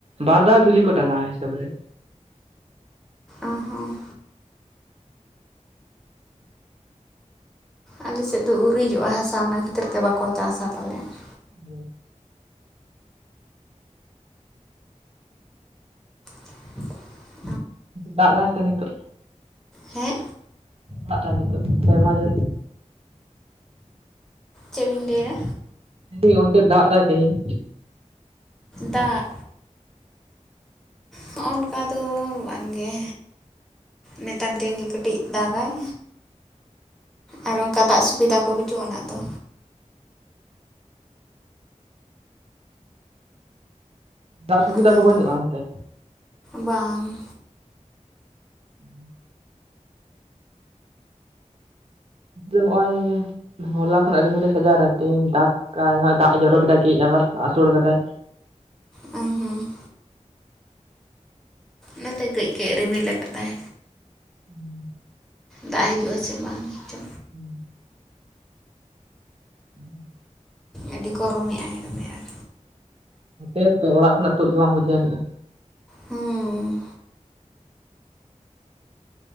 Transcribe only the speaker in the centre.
ᱚ ᱦᱚᱸ ᱟᱞᱮᱥᱮᱫ ᱫᱚ ᱩᱨᱤᱡᱚᱜᱼᱟ ᱦᱟᱥᱟ ᱚᱱᱟ ᱠᱷᱟᱹᱛᱤᱨ ᱛᱮ ᱵᱟᱠᱚ ᱪᱟᱥᱟ ᱯᱟᱞᱮᱱ ᱾
<unintelligible>
ᱦᱮ
ᱪᱮᱫ ᱵᱤᱱ ᱞᱟᱹᱭᱫᱟ?
ᱫᱟᱜ ᱦᱚᱜᱼ ᱱᱚᱱᱠᱟ ᱫᱚ ᱵᱟᱝᱜᱮ ᱱᱮᱛᱟᱨ ᱫᱤᱱᱜᱮ ᱠᱟᱹᱴᱤᱡ ᱾ ᱫᱟᱜᱼᱟᱭ ᱟᱨ ᱚᱱᱠᱟ ᱫᱟᱜ ᱥᱩᱵᱤᱫᱟ ᱠᱚ ᱵᱟᱹᱪᱩᱜᱼᱟ ᱚᱱᱟ ᱛᱚ
ᱚᱱᱟ
ᱫᱚ
ᱵᱟᱝ
ᱚ ᱦᱮᱸ ᱱᱚᱛᱮ ᱠᱟᱹᱡ ᱠᱟᱹᱡ ᱮ ᱨᱤᱢᱤᱞ ᱠᱟᱫᱟᱭ
ᱫᱟᱜ ᱦᱤᱡᱩᱜᱼᱟ ᱥᱮ ᱵᱟᱝ ᱦᱮᱸᱪᱚ
ᱟᱹᱰᱤ ᱜᱚᱨᱚᱢᱮᱜ ᱟᱭ ᱫᱚᱢᱮ ᱟᱨ
ᱦᱮᱸ